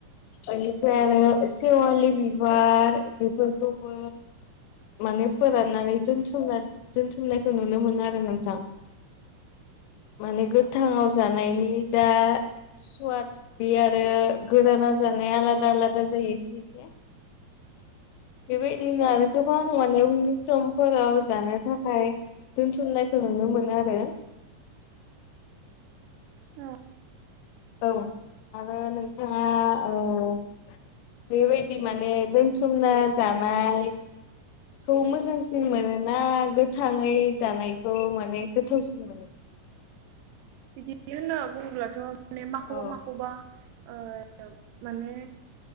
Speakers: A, on the left; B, on the right.
A: ओनिफ्राय आरो सेवालि बिबार बेफोरखौबो माने फोराननानै दोनस दोनथुमनायखौ नुनो मोनो आरो नोंथां माने गोथाङाव जानायनि जा सुवाद बे आरो गोरानाव जानाय आलादा आलादा जायो एसे एसे बेबायदिनो आरो गोबां माने उननि समफोराव जा नो थाखाय दोनथुमनायखौ नुनो मोनो आरो
B: औ
A: औ आरो नोंथाङा औ बेबायदि माने दोनथुमना जानाय खौ मोजांसिन मोनोना गोथाङै जानायखौ माने गोथावसिन मोनो <inaudible>
B: होनना बुङोब्लाथ माने माखौबा
A: औ
B: माखौबा ओ माने